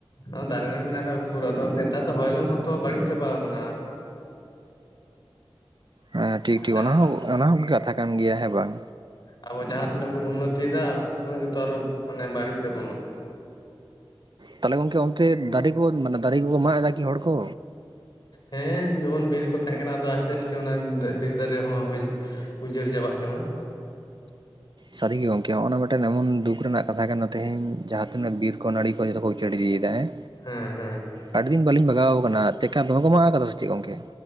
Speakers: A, on the left (about 50°); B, on the right (about 55°).
A: ᱟᱫᱚ ᱫᱟᱨᱮ ᱱᱟᱹᱲᱤ ᱢᱮᱱᱟᱜᱼᱟ ᱩᱠᱩᱨ ᱟᱫᱚ ᱱᱮᱛᱟᱨ ᱫᱚ ᱦᱚᱭᱞᱚᱝ ᱦᱚᱸᱛᱚ ᱵᱟᱹᱲᱤᱡ ᱪᱟᱵᱟ ᱟᱠᱟᱱᱟ
B: ᱦᱮᱸ ᱴᱷᱤᱠ ᱴᱷᱤᱠ
A: ᱥᱮ
B: ᱚᱱᱟ
A: ᱵᱟᱝ
B: ᱦᱚᱸ ᱚᱱᱟ ᱦᱚᱸ ᱠᱟᱛᱷᱟ ᱠᱟᱱ ᱜᱮᱭᱟ ᱦᱮᱸ ᱵᱟᱝ
A: ᱟᱵᱚ ᱡᱟᱦᱟᱸ ᱛᱤᱱᱟᱹᱜ ᱵᱚᱱ ᱩᱱᱱᱚᱛᱤᱭᱮᱫᱟ ᱩᱱᱟᱹᱜ ᱜᱮᱛᱚ ᱟᱨᱚ ᱢᱟᱱᱮ ᱵᱟᱹᱲᱤᱡ ᱫᱟᱵᱚᱱᱟ
B: ᱛᱟᱦᱚᱞᱮ ᱜᱚᱢᱠᱮ ᱚᱱᱛᱮ ᱫᱟᱨᱮ ᱠᱚ ᱢᱟᱱᱮ ᱫᱟᱨᱮ ᱠᱚᱠᱚ ᱢᱟᱜ ᱮᱫᱟ ᱠᱤ ᱦᱚᱲ ᱠᱚ
A: ᱦᱮᱸ ᱡᱮᱢᱚᱱ ᱵᱤᱨ ᱠᱚ ᱛᱟᱦᱮᱸ ᱠᱟᱱᱟ ᱟᱫᱚ ᱟᱥᱛᱮ ᱟᱥᱛᱮ ᱚᱱᱟ ᱵᱤᱨ ᱫᱟᱨᱮ ᱦᱚᱸᱳ ᱩᱡᱟᱹᱲ ᱪᱟᱵᱟᱜ ᱠᱟᱱᱟ
B: ᱥᱟᱹᱨᱤ ᱜᱮ ᱜᱚᱝᱠᱮ ᱦᱚᱸ ᱚᱱᱟ ᱢᱤᱫᱴᱮᱱ ᱮᱢᱚᱱ ᱫᱩᱠ ᱨᱮᱱᱟᱜ ᱠᱟᱛᱷᱟ ᱠᱟᱱᱟ ᱛᱮᱦᱤᱧ ᱡᱟᱦᱟᱸ ᱛᱤᱱᱟᱹᱜ ᱵᱤᱨ ᱠᱚ ᱱᱟᱹᱲᱤ ᱠᱚ ᱡᱚᱛᱚ ᱠᱚ ᱩᱡᱟᱹᱲ ᱤᱫᱤᱭᱮᱫᱟ ᱦᱮᱸ
A: ᱦᱮᱸ ᱦᱮᱸ
B: ᱟᱹᱰᱤ ᱫᱤᱱ ᱵᱟᱹᱞᱤᱧ ᱵᱟᱜᱟᱣ ᱟᱠᱟᱱᱟ ᱪᱮᱠᱟ ᱫᱚᱢᱮ ᱠᱚ ᱢᱟᱜ ᱠᱟᱫᱟ ᱥᱮ ᱪᱮᱫ ᱜᱚᱝᱠᱮ